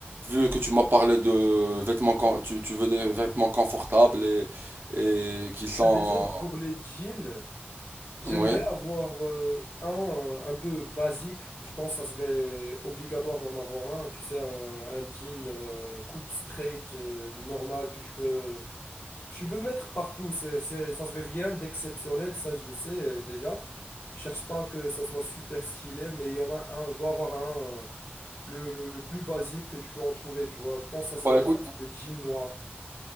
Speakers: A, on the right; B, on the left.
A: vu que tu m'as parlé de vêtements, con- tu, tu veux des vêtements confortables et, et qui sont,
B: Bah, déjà, pour les jeans. J'aimerais
A: oui.
B: avoir euh, un un peu basique. Je pense que ça serait obligatoire d'en avoir un. Tu sais, un, un jean euh, coupe straight euh, normal que tu peux, que tu peux mettre partout. C'est, c'est, ça serait rien d'exceptionnel, ça je le sais euh, déjà. Je cherche pas que ça soit super stylé, mais il y en a un. Je dois avoir un, le, le, le plus basique que tu peux en trouver, tu vois. Je pense que ça serait
A: Bah écoute,
B: le jean noir.